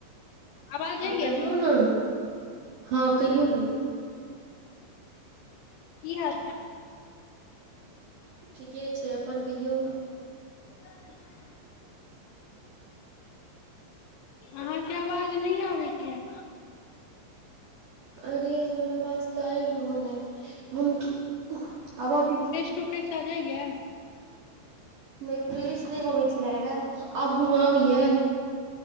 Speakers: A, on the left; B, on the right.
A: आवाज जाइया
B: हँ कहियौ ने हँ कहियौ ने
A: की हाल
B: ठीके छै अपन कहियौ
A: <inaudible> अहाँके आवाज नहि आबैए
B: अरे हमर पास तऽ आइब रहल हें आब अबैये
A: जाइये
B: नहि फ्रेश नहि अबै छले हे। आब हमरो आबैये